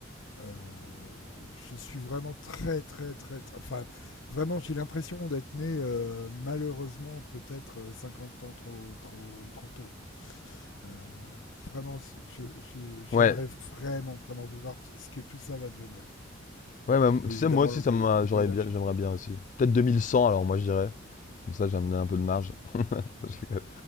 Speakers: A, on the left; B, on the left.
A: Euh, je suis vraiment très, très, très, très- enfin, vraiment, j'ai l'impression d'être né, euh, malheureusement, peut-être euh, 50 ans trop, trop, trop tôt. Euh, vraiment, c'est- je, je- j'aimerais
B: Ouais.
A: vraiment, vraiment voir t- ce que tout ça va devenir.
B: Ouais, bah,
A: Et
B: tu
A: évidemment,
B: sais, moi aussi,
A: le, voy-
B: ça m'a,
A: le
B: j'aurais
A: voyage.
B: bien, j'aimerais
A: euh.
B: bien aussi. Peut-être 2100 alors moi, je dirais. Comme ça, j'ai amené un peu de marge. <laughs> Je rigole.